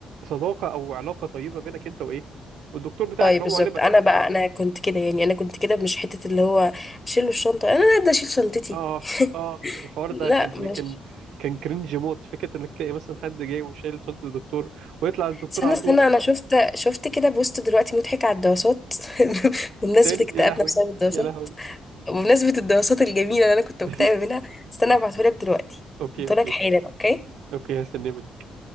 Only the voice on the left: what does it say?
طيب
بالظبط
انا بقى انا كنت كده يعني انا كنت كده مش حته اللي هو شيلوا الشنطه انا هبدا اشيل شنطتي
<laughs> لا
مش
استنى
استنى
انا شفت شفت كده بوست دلوقتي مضحك على الدراسات <laughs> بمناسبة
اكتئابنا
بسبب الدراسات
بمناسبة الدراسات الجميلة اللي أنا كنت مكتئبة
منها استنى هبعتهولك دلوقتي
هبعتهولك
حالا أوكي